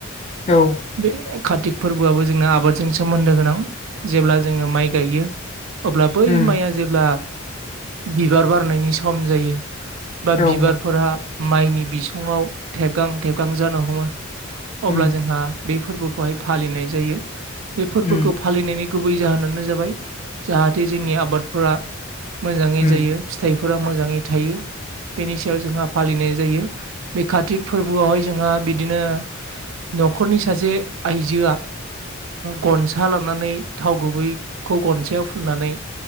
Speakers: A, on the left; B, on the right.
A: औ
B: बे कार्तिक फोरबोआबो जोंना आबादजों सोमोन्दो गोनां जेब्ला जोङो माइ गायो अब्ला बै
A: उम
B: माइया जेब्ला बिबार बारनायनि सम जायो बा
A: औ औ
B: बिबारफोराहा माइनि बिसङाव थेबगां थेबगां जानो हमो अब्ला
A: उम
B: जोंहा बे फोरबोखौहाय फालिनाय जायो बे फोरबोखौ
A: उम
B: फालिनायनि गुबै जाहोनानो जाबाय जाहाथे जोंनि आबादफोरा मोजाङै
A: उम
B: जायो।
A: उम
B: फिथाइफोरा मोजाङै थायो बेनि सायाव जोंहा फालिनाय जायो। बे कातिक फोरबोआवहाय जोंहा बिदिनो न'खरनि सासे आइजोआ गन सा लानानै थाव गुबैखौ गनसायाव फुननानै